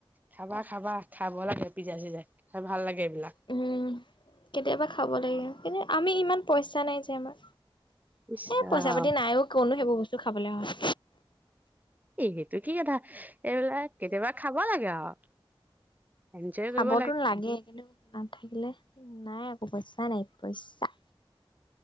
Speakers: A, on the right (about 20°); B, on the left (about 55°).
A: খাবা খাবা খাব লাগে পিজ্জা চিজা খাই ভাল লাগে এইবিলাক
B: উম কেতিয়াবা খাব লাগে কিন্তু আমি ইমান পইচাঁ নাই যে আমাৰ
A: ইচ
B: এ
A: ৰাম
B: পইচা পাতি নাইওঁ কতনো সেইবোৰ বস্তু খাবলৈ হয়
A: <unintelligible> ত কি কথা এইবিলাক কেতিয়াবা খাব লাগে আৰু এনজয়
B: খাবতো
A: কৰিব
B: লাগে কিন্তু নাথাকিলে নাই একো পইচাঁ নাই পইচাঁ